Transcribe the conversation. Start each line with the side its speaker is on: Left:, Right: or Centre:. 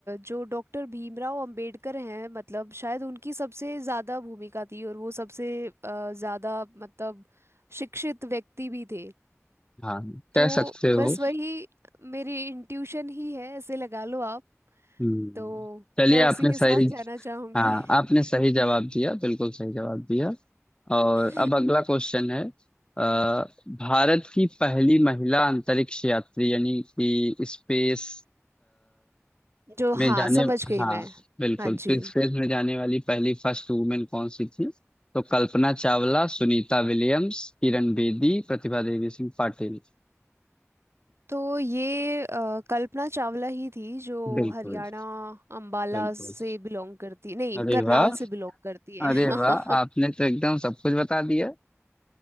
Right: जो डॉक्टर भीमराव अंबेडकर हैं मतलब शायद उनकी सबसे ज़्यादा भूमिका थी और वो सबसे आ, ज़्यादा मतलब शिक्षित व्यक्ति भी थे
Left: हाँ
Right: तो
Left: कह सकते हो
Right: बस वही मेरी इंट्यूशन ही है ऐसे लगा लो आप
Left: हम्म
Right: तो
Left: चलिए
Right: मैं
Left: आपने
Right: उसी के
Left: सही
Right: साथ जाना चाहूंगी
Left: हाँ आपने सही जवाब दिया बिल्कुल सही जवाब दिया और
Right: <laughs>
Left: अब अगला क्वेश्चन है अ, भारत की पहली महिला अंतरिक्ष यात्री यानी कि स्पेस
Right: जो
Left: में
Right: हाँ
Left: जाने
Right: समझ गई
Left: हाँ
Right: मैं
Left: बिल्कुल
Right: हाँ जी
Left: स्पेस में जाने वाली पहली फर्स्ट वुमेन कौन सी थी तो कल्पना चावला सुनीता विलियम्स किरण बेदी प्रतिभा देवी सिंह पाटिल
Right: तो ये अ, कल्पना चावला ही थी जो
Left: बिल्कुल
Right: हरियाणा अंबाला
Left: बिल्कुल
Right: से बिलोंग करती नहीं
Left: अरे
Right: करनाल
Left: वाह
Right: से बिलोंग करती है
Left: अरे
Right: <laughs>
Left: वाह आपने तो एकदम सब कुछ बता दिया